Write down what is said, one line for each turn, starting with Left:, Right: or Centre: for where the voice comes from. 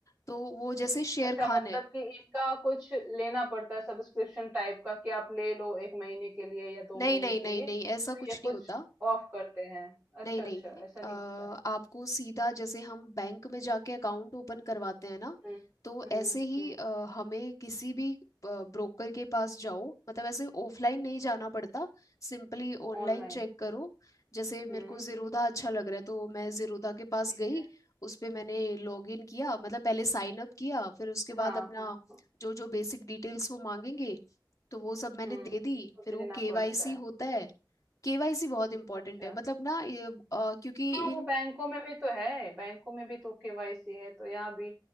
Left: तो वो जैसे शेर
Right: अच्छा
Left: खान
Right: मतलब
Left: है
Right: कि इनका कुछ लेना पड़ता है सब्सक्रिप्शन टाइप का कि आप ले लो एक महीने के लिए या दो
Left: नहीं
Right: महीने
Left: नहीं
Right: के
Left: नहीं
Right: लिए
Left: नहीं
Right: तो
Left: ऐसा कुछ
Right: ये कुछ
Left: नहीं होता
Right: ऑफ करते हैं अच्छा
Left: नहीं नहीं
Right: अच्छा ऐसा नहीं
Left: अ,
Right: होता है
Left: आपको सीधा जैसे हम बैंक में जाके अकाउंट ओपन करवाते हैं ना
Right: हम्म
Left: तो
Right: हम्म
Left: ऐसे ही
Right: हम्म
Left: अ, हमें किसी भी ब्रोकर के पास जाओ मतलब ऐसे ऑफलाइन नहीं जाना पड़ता सिंपली ऑनलाइन
Right: ऑनलाइन
Left: चेक करो जैसे मेरे
Right: हम्म
Left: को जीरोधा अच्छा लग रहा है तो मैं जीरोधा के पास
Right: ठीक
Left: गई
Right: है
Left: उस पे मैंने लॉग इन किया मतलब पहले साइन अप किया फिर उसके
Right: हाँ
Left: बाद अपना
Right: हाँ हाँ
Left: जो जो बेसिक डिटेल्स वो मांगेंगे तो वो सब मैंने
Right: हम्म
Left: दे
Right: तो
Left: दी फिर
Right: देना
Left: वो केवाईसी
Right: पड़ता है
Left: होता है केवाईसी बहुत इंपॉर्टेंट
Right: अच्छा
Left: है मतलब ना ये, अ, क्योंकि
Right: हाँ वो
Left: इन
Right: बैंकों में भी तो है बैंकों में भी तो केवाईसी है तो यहाँ भी